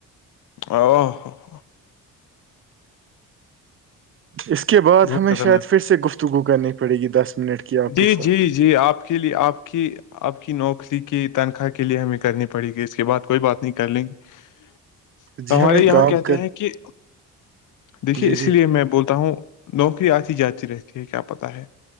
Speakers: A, on the left (about 55°); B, on the right (about 35°).
A: او
B: اس کے بعد
A: بہت
B: ہمیں
A: خطرناک
B: شاید پھر سے گفتگو کرنی پڑے گی دس منٹ کی آپ
A: جی
B: کے ساتھ
A: جی جی آپ کے لیے آپ کی آپ کی نوکری کی تنخواہ کے لیے ہمیں کرنی پڑے گی اس کے بعد کوئی بات نہیں کر لیں گے
B: جی
A: ہمارے
B: ہم ایک
A: یہاں
B: کام
A: کہتے
B: کر
A: ہیں کہ دیکھیے
B: جی
A: اس
B: جی
A: لیے میں بولتا ہوں نوکری آتی جاتی رہتی ہے کیا پتا ہے